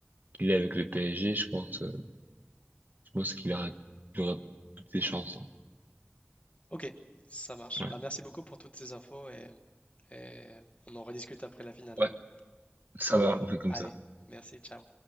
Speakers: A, on the right; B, on the left.
A: qu'il est avec le PSG, je pense, euh, je pense qu'il aura, il aura toutes ses chances. hein.
B: ok, ça marche.
A: Ouais.
B: Bah merci beaucoup pour toutes ces infos et, et on en rediscute après la finale
A: Ouais,
B: alors.
A: ça va, on fait comme
B: Allez,
A: ça.
B: merci, ciao.